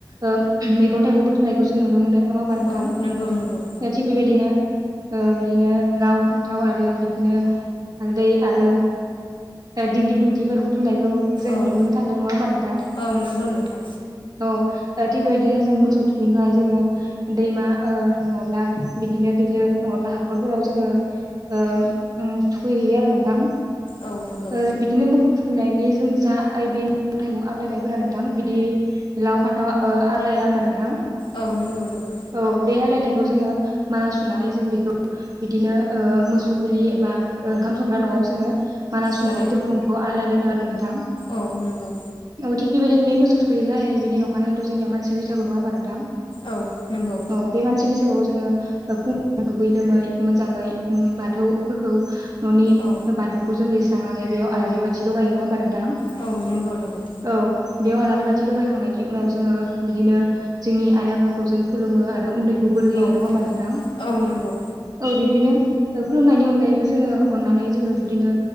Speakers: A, on the right (about 50°); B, on the left (about 70°).
A: ओ मैगं थाइगं बुथुमनायखौ जों नुनो मोनो। नङा होमबा नोंथां?
B: औ नंगौ नंगौ
A: ओ थिग बेबायदिनो ओ बिदिनो लाव फान्थाव आरो बिदिनो हालदै आरो दिगलि गुथिफोर बुथुमनायखौ जों
B: औ
A: नुनो थांदों नङा होमबा नोंथां?
B: औ नंगौ नोंथां
A: <unintelligible> औ ओ थिग बेबायदिनो जों मोसौ थुखैनोखाय जोङो दैमा ओ नङाब्ला बिदिनो बिलो नङाब्ला हाखरफोराव जोङो ओ उम थुखैहैयो आरो नोंथां।
B: औ नंगौ
A: ओ बिदिनो मोखौ थुखैनायनि जों जा ए बे मेगं थाइगं आग्लायनायफोरा नोंथां बि दि लाव फान्थाव ओ आग्लाया होनबा नोंथां?
B: औ नंगौ नंगौ
A: औ बे आग्लायनाय बेखौ जोङो माला सुनानै जों बेखौ बिदिनो ओ मोसौ गुलि एबा ओ ओंखाम संग्रा न'आव जोङो माला सुनानै
B: औ
A: दरखं मोखांआव आलाय ना दोनो आरो नोंथां
B: औ नंगौ
A: न'थिं बेबायदिनो बे मोसौ थु खैयोखाय बिनि नखानायैथ' जोंनिया मानसि बैसागु नङा होमबा नोंथां?
B: औ नंगौ
A: औ बे मानसि बैसा गुआव जोङो ओ फुंआव दुगै लोमै मोजाङै उम बाथौफोरखौ न'नि
B: औ
A: बाथौखौ जों लिरस्रांनानै बेयाव आलारि बाथि लगायो नङा होमबा नों थां
B: औ नंगौ नंगौ
A: औ बेयाव आलारि बाथ थि लगायखांनायनि उनाव जोङो बिदिनो जोंनि आइ आफाखौ जों खुलुमो आरो उन्दै खौ बोर होयो
B: औ
A: नङा होमबा नोंथां?
B: औ नंगौ
A: औ बिद बिदिनो ओ खुलुमनायनि अनगायैबो जोङो अननानै जोङो बिबदिनो